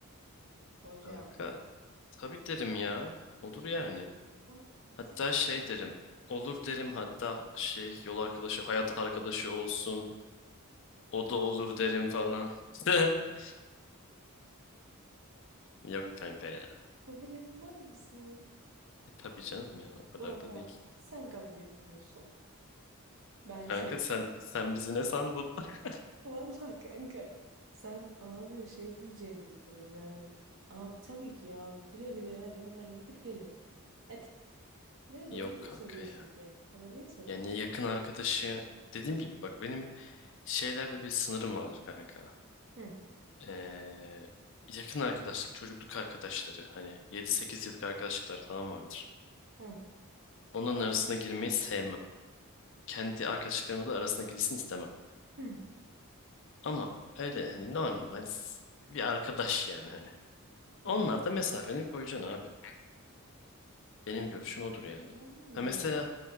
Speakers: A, on the right; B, on the left.
A: hocam.
B: Kanka tabii derim ya. Olur yani.
A: Oha
B: Hatta
A: cidden
B: şey derim. Olur derim hatta şey yol arkadaşı, hayat arkadaşı olsun. O da olur derim falan. <laughs> Yok kanka
A: mi?
B: ya.
A: kabul etmez misin?
B: E tabii canım ya o kadar
A: Oha
B: da değil.
A: sen kabul etmiyorsun. Ben şok.
B: Kanka sen sen bizi ne sandın? <laughs>
A: Vallahi kanka sen abi şey diyeceğini bekledim yani abi tabii ki ya güle güle hadi hemen gidip gelin. Hadi ne
B: Yok
A: bana niye
B: kanka
A: soruyorsun
B: ya.
A: ki? Bana niye soruyorsun?
B: Yani yakın arkadaşı dediğim gibi bak benim şeylerde bir sınırım vardır kanka.
A: Hı
B: Ee, yakın arkadaşlık, çocukluk arkadaşları hani yedi sekiz yıllık arkadaşlıklar falan vardır.
A: hı
B: Onların arasına girmeyi sevmem. Kendi arkadaşlıklarımla da arasına girsin istemem.
A: hı
B: Ama öyle hani normal s- bir arkadaş yani hani.
A: hı.
B: Onlar da mesafeni koyacaksın abi. Benim görüşüm odur yani.
A: Yani
B: Ha mesela